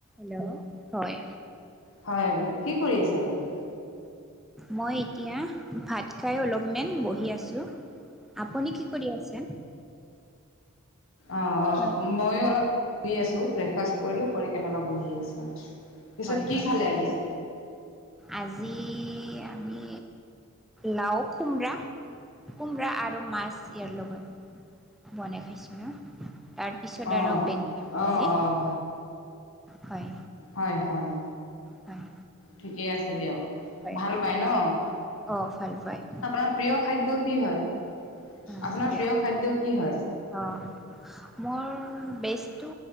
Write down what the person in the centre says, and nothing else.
Hello হয়,
মই এতিয়া, ভাত খাই অলপমান বহি আছোঁ। আপুনি কি কৰি আছে?
হয়
হয়
হয়
আজি আমি লাও খোমৰা, কোমৰা আৰু মাছ ইয়াৰ লগত। বনাই খাইছিলো, তাৰপিছত
আৰু বেঙেনা ভাজি।
হয়,
হয়
হয়
হয়
অ ভাল পায়
<unintelligible>
প্ৰিয় খাদ্য,
অ, মোৰ বেষ্টটো,